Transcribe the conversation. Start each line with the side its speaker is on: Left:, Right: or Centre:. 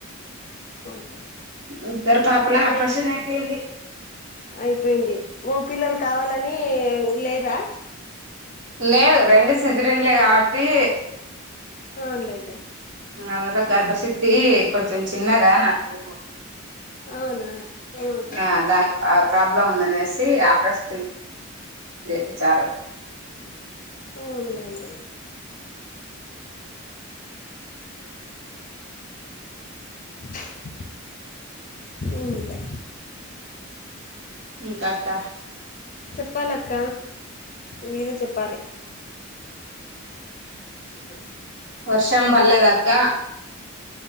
Left: ఓకే
Right: ఇద్దరు పాపలా
Left: అన్నయ్య
Right: ఆప్రిషన్ అయిపోఇంది
Left: అయిపోయింది మూ పిల్లలు కావాలని లేరా
Right: లేదు రెండు సిజరిన్లే కాబట్టి
Left: అవున్లేండి
Right: ఇంగ అందులో గర్భచిత్తి కొంచెం చిన్నదా నాకు
Left: అవునా ఓకే
Right: ఆ దాని ఆ ప్రాబ్లం ఉందనేసి ఆపరేషన్ చేయిచ్చారు
Left: అవునులేండి అ ఉన్లేండి
Right: ఇంకాక్క
Left: చెప్పాలక్క మీరే చెప్పాలి ఇ
Right: వర్షం పల్లేదా అక్క